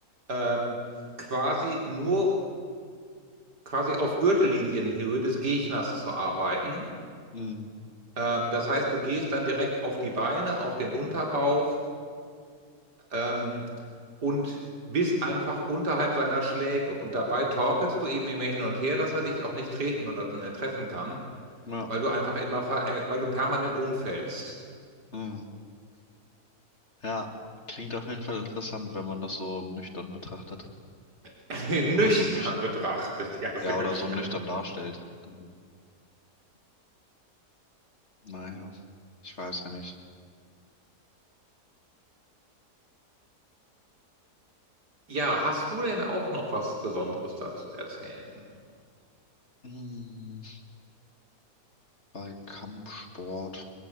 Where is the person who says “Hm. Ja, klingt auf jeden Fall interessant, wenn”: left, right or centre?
Left